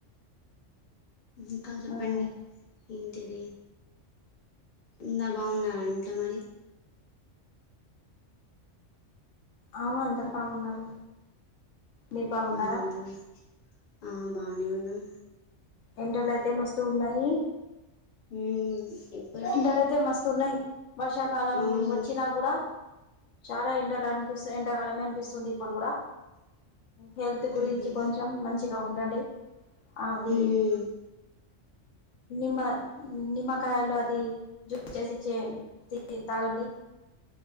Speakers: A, on the left (about 55°); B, on the left (about 70°).
A: ఇంకా చెప్పండి
B: ఉమ్,
A: ఏంటిది అంతా బాగున్నారా ఇంట్లో మరి
B: అవును అందరు బాగున్నారు మీరు బాగున్నారా
A: బాగున్నారు ఆ బానే ఉన్నాం
B: ఎండలైతే మస్తుగున్నాయి
A: మ్మ్ ఇప్పుడే
B: ఎండలైతే మస్తున్నాయి వర్షాకాలం
A: అవును
B: వచ్చినా కూడా చాలా ఎండలు అనిపిస్తాయ్ ఎండకాలమే అనిపిస్తుంది ఇప్పుడు కూడా హెల్త్ గురించి
A: మ్మ్
B: కొంచెం మంచిగా ఉండండి ఆది
A: మ్మ్.
B: నిమ నిమ కాయలది జ్యూస్ చేసి ఇచ్చ తాగండి